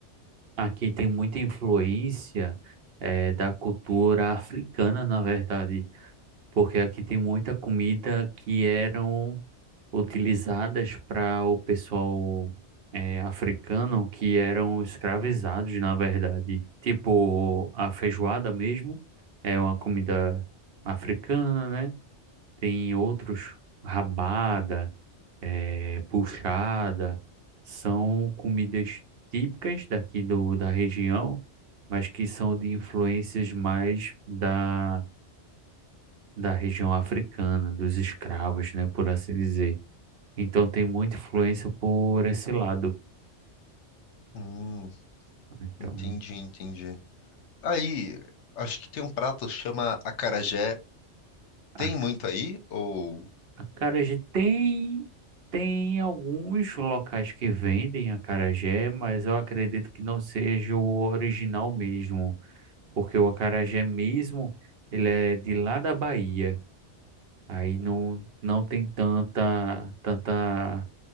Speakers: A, on the right; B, on the left.
A: Aqui tem muita influência é, da cultura africana, na verdade. Porque aqui tem muita comida que eram utilizadas para o pessoal é, africano que eram escravizados, na verdade. Tipo, a feijoada mesmo é uma comida africana, né? Tem outros, rabada, é, puxada, são comidas típicas daqui do, da região, mas que são de influências mais da, da região africana, dos escravos, né? Por assim dizer. Então tem muita influência por esse lado.
B: Hum,
A: Então
B: entendi, entendi. Aí, acho que tem um prato que chama acarajé.
A: a,
B: Tem
A: a
B: muito aí? Ou.
A: acarajé tem tem alguns locais que vendem acarajé, mas eu acredito que não seja o original mesmo, porque o acarajé mesmo ele é de lá da Bahia. Aí não não tem tanta tanta